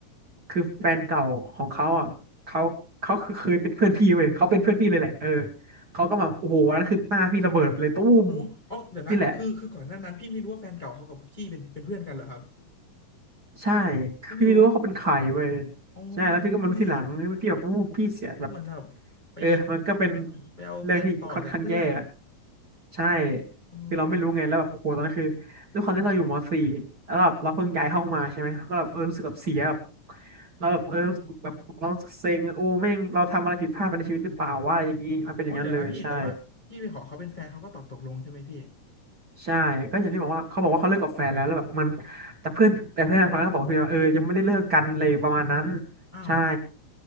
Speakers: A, on the right; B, on the left.
A: คือแฟนเก่าของเขาอ่ะเขาเขาคือเคยเป็นเพื่อนพี่เว้ยเขาเป็นเพื่อนพี่เลยแหละเออเขาก็มาโอ้โหวันนั้นคือหน้าพี่ระเบิดไปเลยตุ้ม
B: โอ้อ๋อเดี๋ยวนะคือคือก่อนหน้านั้นพี่ไม่รู้ว่าแฟนเก่าเขากับพี่เป็นเป็นเพื่อนกันเหรอครับ
A: นี่แหละ ใช่
B: พี่ไม่รู้
A: พี่ไม่รู้ว่าเขาเป็นใครเว้ย
B: โอ้
A: ใช่แล้วพี่ก็มารู้ทีหลังพี่แบบอู้พี่เสียแบบ
B: ย อู้เหมือนแบบไป
A: เออมันก็เป็น
B: ไปเอาแฟนต่อจากเพื่อน
A: เรื่องที่ค่อนข้างแย่อะใช่
B: โอ้
A: คือเราไม่รู้ไงแล้วแบบโอ้โหตอนนั้นคือด้วยความที่เราอยู่มสี่แล้วแบบเราเพิ่งย้ายห้องมาใช่ไหมก็แบบเออรู้สึกแบบเสียแบบ
B: เป็น
A: เราแบบเออรู้สึกแบบเราเซ็งโอ้แม่งเราทำอะไรผิดพลาดไปในชีวิตหรือเปล่าว่าอะไรอย่างนี้มันเป็นอย่างนั้นเลยใช่
B: อ๋อเดี๋ยวนะพี่แต่ว่าพี่ไปขอเขาเป็นแฟนเขาก็ตอบตกลงใช่ไหมพี่
A: ใช่ก็อย่างที่บอกว่าเขาบอกว่าเขาเลิกกับแฟนแล้วแล้วแบบมันแต่เพื่อนแต่เพื่อนคนนั้นก็บอกว่าเพื่อนว่าเออยังไม่ได้เลิกกันเลยประมาณนั้น
B: อ้าว
A: ใช่